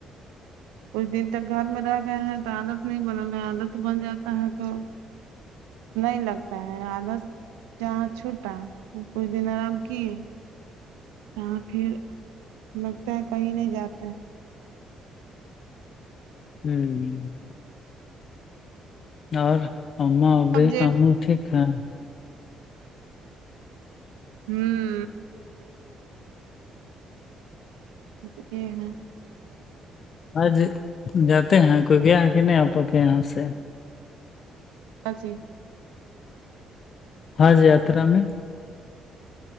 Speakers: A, on the right; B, on the left.
A: کچھ دن تک گھر میں رہ گیا ہیں تو عالت نہیں بنا میں عالت بن جاتا ہے تو نہیں لگتا ہے آالس جہاں چھوٹا کچھ دن آرام کیے جاں پھر لگتا ہے کہیں نہیں جاتے ہیں
B: ہوں اور ابھی
A: اب دیکھ
B: ہم ٹھیک ہیں
A: ہوں <unintelligible>
B: آج جاتے ہیں کوئی گیا ہے کہ نہیں آپ کے یہاں سے
A: <unintelligible>
B: ہاں ج یاترا میں